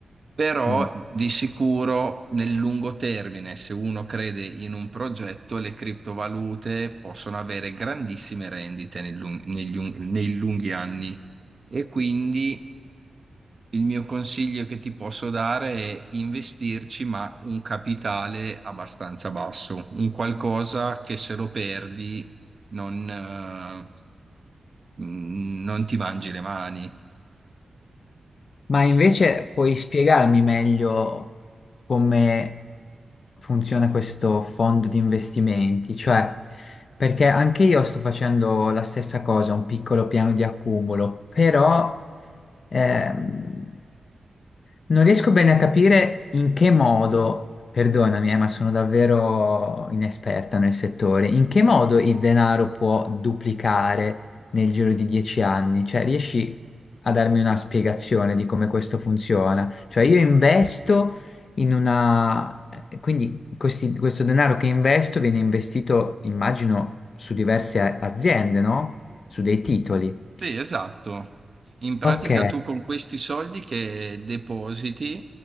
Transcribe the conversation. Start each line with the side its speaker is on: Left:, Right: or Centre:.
Right: Però
Left: Mm.
Right: di sicuro nel lungo termine, se uno crede in un progetto, le criptovalute possono avere grandissime rendite nel lung- negli un- nei lunghi anni. E quindi Il mio consiglio che ti posso dare è investirci, ma un capitale abbastanza basso, un qualcosa che se lo perdi non, eh, mh, non ti mangi le mani.
Left: Ma invece puoi spiegarmi meglio come funziona questo fondo di investimenti? Cioè, perché anche io sto facendo la stessa cosa, un piccolo piano di accumulo, però ehm, non riesco bene a capire in che modo, perdonami, eh, ma sono davvero inesperta nel settore, in che modo il denaro può duplicare nel giro di dieci anni? Cioè, riesci a darmi una spiegazione di come questo funziona? Cioè, io investo in una... eh, Quindi questi- questo denaro che investo viene investito, immagino, su diverse a- aziende, no? Su dei titoli.
Right: Sì, esatto. In pratica
Left: Ok,
Right: tu con questi soldi che depositi